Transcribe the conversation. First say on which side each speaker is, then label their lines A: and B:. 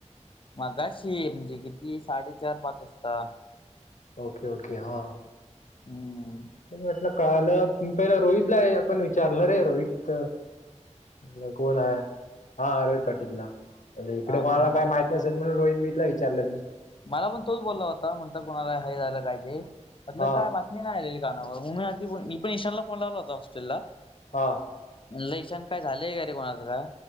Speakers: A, on the left; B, on the left.
A: मगाशी म्हणजे किती साडे चार पाच वाजता.
B: ओके ओके हां.
A: हम्म.
B: म्हटलं कालं पहिला रोहितला हे आपण विचारलं रे रोहित त कोण आहे हा रोहित पाटीलला अ ले इकडे
A: हा
B: कोणाला
A: हा
B: काही माहीत नसेल म्हणून रोहित बीतला विचारलं मी.
A: मला पण तोच बोलला होता म्हणतं कोणाला हाय झालं काय ते म्हणलं
B: हा
A: का बा मी नाही आलेली कानावर मी आदी मी पण ईशानला फोन लावला होता हॉस्टेलला
B: हा.
A: लेशन काय झालंय रे काय कोणाचं काय?